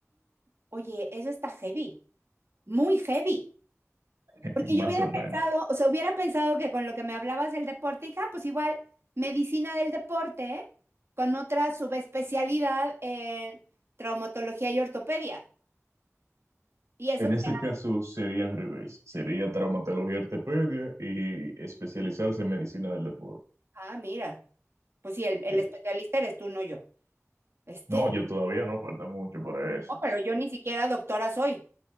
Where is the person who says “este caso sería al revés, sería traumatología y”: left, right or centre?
Right